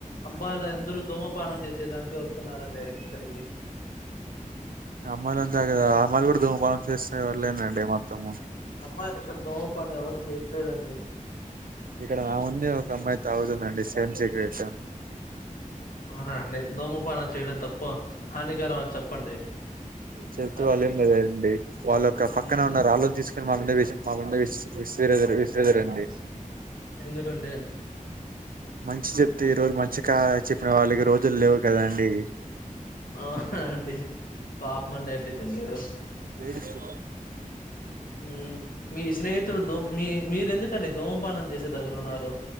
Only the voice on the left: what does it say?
అబ్బాయిలయందరూ ధూమపానం చేసేటానికి వస్తున్నారండి ఇక్కడికి
అమ్మాయిలు ఇక్కడ దోమపానం ఎవరు చేయట్లేదండి
అవునా అండి దూమపానం చేయడం తప్పు హానికరం అని చెప్పండి
వారికి
మ్మ్
ఎందుకండి
ఆవునా అండి పాపమండి అట్లైతే మీరు
ఉమ్ మీ స్నేహితులు దూ మీ మీరెందుకండి ధూమపానం చేసే దగ్గర ఉన్నారు